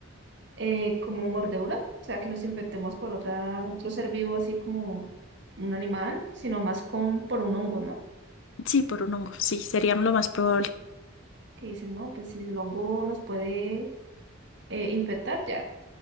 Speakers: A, on the right; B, on the left.
A: eh, como mordedura, o sea, que nos infectemos por otra, otro ser vivo así como un animal, sino más con, por un hongo, ¿no?
B: sí, por un hongo, sí, sería lo más probable. <laughs>
A: Que dicen, no, pues si el hongo nos puede eh, infectar, ya,